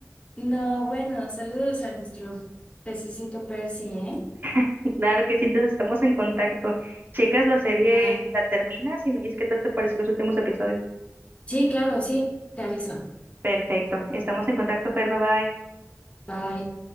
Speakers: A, on the left (about 25°); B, on the right (about 40°).
A: No, bueno, saludos a nuestro pececito Percy, ¿eh?
B: <laughs> Claro que sí, entonces estamos en contacto. Checas la serie,
A: Ah,
B: la terminas y me dices qué tal te pareció los últimos episodios.
A: sí, claro, sí, te aviso.
B: Perfecto, estamos en contacto, Fer, bye bye.
A: Bye.